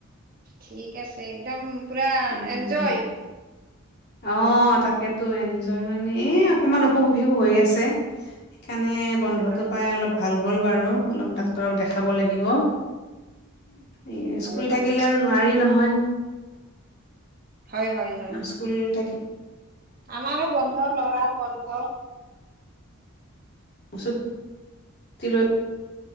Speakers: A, on the right; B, on the left.
A: ঠিক আছে একদম পুৰা
B: উম।
A: এনজয়
B: অ তাকেতো এনজয় মানে এই অকনমান অসুখ বিসুখ হৈ আছে সেইকাৰণে বন্ধটো
A: হয় হয়
B: পাই অলপ ভাল হ'ল বাৰু অলপ ডাক্তৰক দেখাব লাগিব এ
A: হয়
B: স্কুল
A: হয়
B: থাকিলে আৰু নোৱাৰি নহয়
A: হয় হয় হয়।
B: স্কুল থাকিল
A: আমাৰো বন্ধ লৰাৰ বন্ধ
B: চুটি লৈ